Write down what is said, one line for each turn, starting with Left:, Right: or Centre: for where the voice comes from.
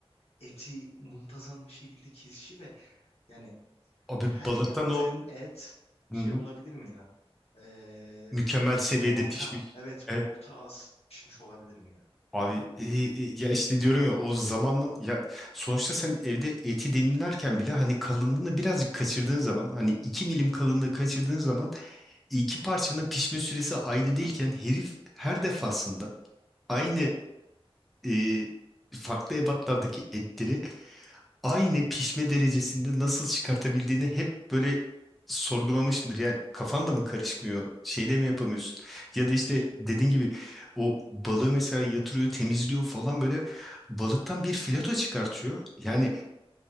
Left: eti muntazam bir şekilde kesişi ve yani
Centre: Abi
Left: her
Centre: balıktan
Left: yaptığın
Centre: o
Left: et
Centre: Hı
Left: şey
Centre: hı.
Left: olabilir mi ya? Ee,
Centre: mükemmel
Left: hani
Centre: seviyede
Left: orta,
Centre: pişmiş.
Left: evet
Centre: Evet.
Left: orta az pişmiş olabilir mi ya?
Centre: Abi e, e, ya işte diyorum ya o zamanla ya sonuçta sen evde eti dilimlerken bile hani kalınlığını birazcık kaçırdığın zaman hani 2 milim kalınlığı kaçırdığın zaman iki parçanın pişme süresi aynı değilken herif her defasında aynı e, farklı ebatlardaki etleri aynı pişme derecesinde nasıl çıkartabildiğini hep böyle sorgulamışımdır. Ya kafan da mı karışmıyor? Şeyde mi yapamıyorsun? Ya da
Left: Karışmıyor.
Centre: işte dediğin gibi o balığı mesela yatırıyor, temizliyor falan böyle balıktan bir fileto çıkartıyor. Yani